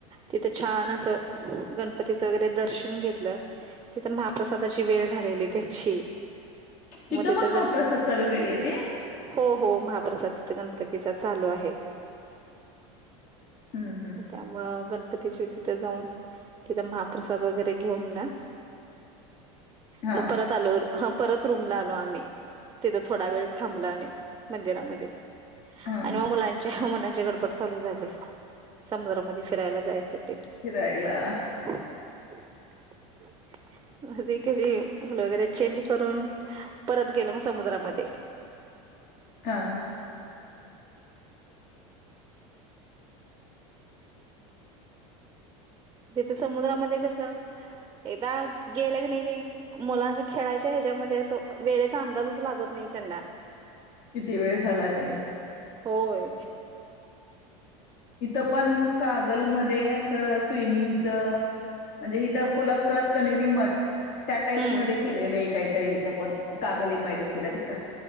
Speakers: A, on the right; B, on the left.
A: तिथं छान असं गणपतीचं वगैरे दर्शन घेतलं तिथं महाप्रसादाची वेळ झालेली त्यांची
B: तिथं
A: मध्ये
B: पण
A: तग
B: महाप्रसाद चालू केले ते
A: हो हो महाप्रसाद तिथ गणपतीचा चालु आहे.
B: हम् हम्म
A: त्यामुळं गणपतीची तिथं जाऊन तिथं महाप्रसाद वगैरे घेऊन ना
B: हा
A: मग परत आलो परत रूमला आलो आम्ही तिथं थोडा वेळ थांबल आणि मंदिरामध्ये
B: हा
A: आणि मग मुला मलांची गडबड चालु झाली समुद्रामध्ये फिरायला जायसाठी.
B: फिरायला
A: ह कशी फुल वगैरे चेंज करून परत गेलो मग समुद्रामध्ये.
B: हा
A: तिथे समुद्रामध्ये कस एकदा गेल क नाही ते मुलांना खेळायच्या याच्यामध्ये अस वेळेचा अंदाज अस लागत नाही त्यांना.
B: किती वेळ झाला ते.
A: होय.
B: इथंपण कागलमध्ये असं स्विमिंगच म्हणजे हिथ कोल्हापुरात कनेरी मठ. त्या टाईप
A: हम्म
B: मध्ये केलेल काहीतरी इथ पण कागल एमआयडीसीला तिथ